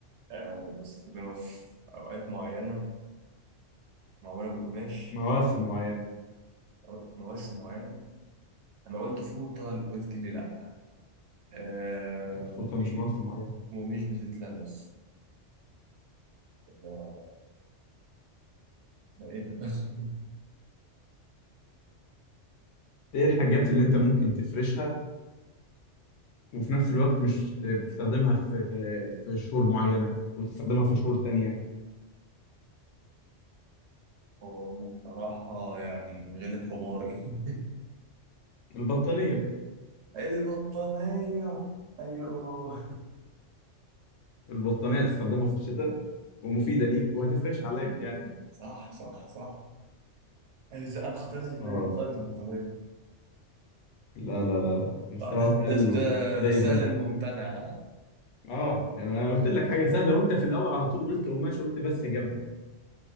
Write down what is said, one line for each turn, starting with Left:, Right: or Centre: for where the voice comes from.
Right: آه بستخدمها في أوقات معينة معمولة من قماش
Left: <laughs> مواسم معينة
Right: أو- مواسم معينة أنا قلت فوطة قلت لي لأ آه
Left: الفوطة
Right: م-
Left: مش مواسم معينة
Right: ومش بتتلبس ده ده إيه ده؟ <laughs>
Left: ايه الحاجات اللي انت ممكن تفرشها وفي نفس الوقت مش بتستخدمها في في شهور معينة وتستخدمها في شهور تانية
Right: هو أنا بصراحة يعني غلب حماري <laughs>
Left: البطانية
Right: البطانية أيوه
Left: البطانية تستخدمها في الشتاء ومفيدة ليك وهتفرش عليك يعني
Right: صح صح صح أيوة لا، ما خطرش في
Left: اه
Right: بالي خالص البطانية
Left: لا لا لا لا مستواك
Right: صح ده ده
Left: قل
Right: ده
Left: ومش زي
Right: ده السهل
Left: زمان
Right: الممتنع ها
Left: اه يعني انا قلت لك حاجة سهلة وانت في الاول على طول قلت قماش قلت بس جبهة